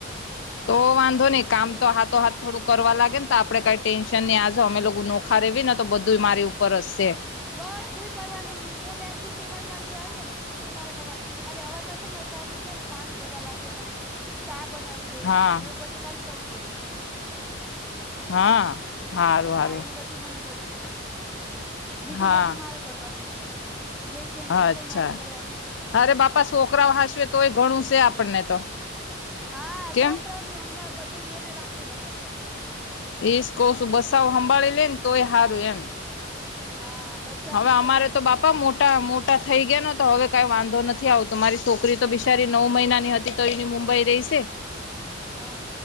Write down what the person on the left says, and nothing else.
તો વાંધો નઈ કામ તો હાથતો હાથ થોડું કરવા લાગે. આપણે કઈ ટેન્શન નહી આજો અમે લોકો નોખા રેવી ને તો બધું મારી ઉપર હશે.
હા
હા. હારું હારું
હા
અચ્છા
અરે બાપા છોકરા હાચવે તોય ઘણું છે આપણને તો
કેમ
ઈજ કોશુ બસ્સા હંભાળે લે ને તોય હારું એમ.
હવે
અમારે
તો બાપા
મોટા મોટા થઈ ગયાને તો હવે કઈ વાંધો નથી આવતો મારી છોકરી તો બિશારી નવ મહિના ની હતી તો એની મુંબઈ રહીશે. <inaudible>